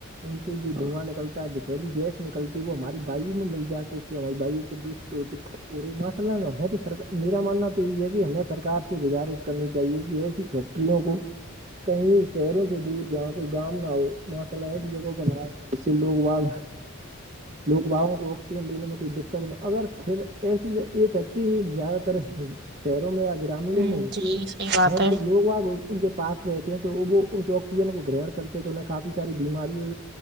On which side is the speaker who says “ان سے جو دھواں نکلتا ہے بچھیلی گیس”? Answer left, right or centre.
Right